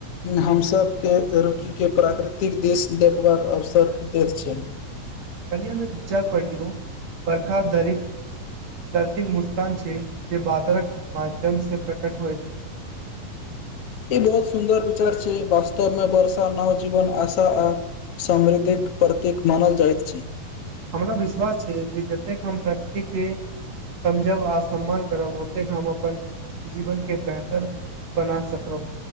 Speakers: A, on the left; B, on the right.
A: हमसब के रुकि के प्राकृतिक दृश्य देखबाक अवसर देत छै।
B: काल्हि हम एक विचार पढ़ली हूँ बरखा धर। धरतीक मुस्कान छै जे बादरक माध्यम से प्रकट होय छै।
A: ई बहुत सुन्दर विचार छै वास्तव मे वर्षा नव जीवन आशा आ। समृद्धिक प्रतीक मानल जाइत छै।
B: हमरा विश्वास छै जे जतेक हम प्रकृतिके। समझब आ सम्मान करब ओतेक हम अपन जीवन के बेहतर बना सकब।